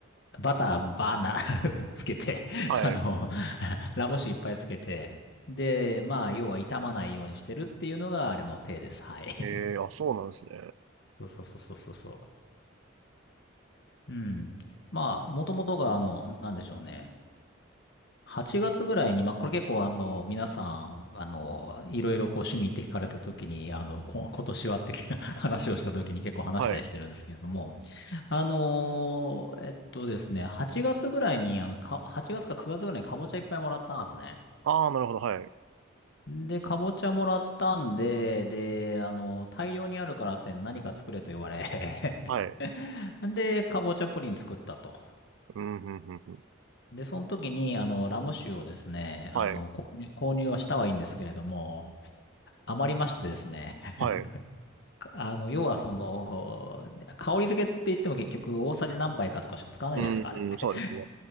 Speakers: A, on the left; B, on the right.
A: バターバーナー <laughs> つけて、
B: はい。
A: あの、ラム酒いっぱいつけて、で、まあ、要は傷まないようにしてるっていうのが、あれの手です。はい。
B: ええー、あ、そうなんですね。
A: <laughs> そうそうそうそうそうそう。うん。まあ、もともとが、あの、なんでしょうね。8月ぐらいに、まあ、これ結構、あの、皆さん、あの、いろいろこう、趣味って聞かれた時に、あの、こ、今年はって <laughs> 話をした時に結構話したりしてるんですけれども、
B: はい。
A: あのーえっとですね、8月ぐらいに、あの、か、8月か9月ぐらいにかぼちゃいっぱいもらったんですね。
B: ああ、なるほど、はい。
A: で、かぼちゃもらったんで、で、あの、大量にあるからって何か作れと言われ
B: はい。
A: <laughs> で、かぼちゃプリン作ったと。
B: うん、うん、うん、うん。
A: で、その時に、あの、ラム酒をですね、
B: はい。
A: あの、こ購入はしたはいいんですけれども、余りましてですね、<laughs>
B: はい。
A: かあの、要はその、香り付けって言っても結局大さじ何杯かとかしか使わないじゃないですか、
B: うん、
A: あれって。
B: うんそうですね。